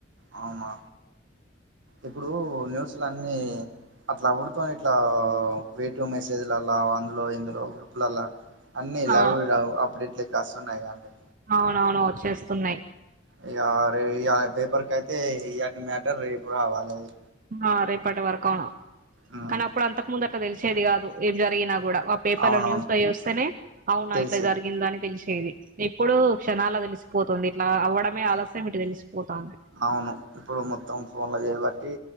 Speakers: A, on the right; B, on the right.
A: అవునా ఇప్పుడు న్యూస్లన్ని అట్లా అవుడుతోని ఇట్లా వేటు మెసేజ్లలా అందులో ఇందులో గ్రూప్లల్లా అన్నీ
B: ఆ
A: లవ్ లవ్ అప్పుడ ఇట్ల కస్తున్నాయి కండి
B: అవునవును వచ్చేస్తున్నాయ్
A: ఇక అరే ఇయల పేపర్ కయితే ఇయాటి మ్యాటర్ రేపు రావాలది
B: ఆ రేపటి వరక
A: ఉమ్
B: కానీ అప్పుడు అంతకుముందు అట్లా తెలిసేది కాదు ఏం జరిగినా కూడా ఆ పేపర్
A: అవునవును
B: ల న్యూస్ చూస్తేనే అవునా
A: తెలిసేది
B: ఇట్లా జరిగిందా అని తెలిసి తెది ఇప్పుడు క్షణాల తెలిసిపోతుంది ఇట్లా అవ్వడమే ఆలస్యం ఇటు తెలిసిపోతుంది
A: అవును ఇప్పుడు మొత్తం ఫోన్ లో చేయబట్టి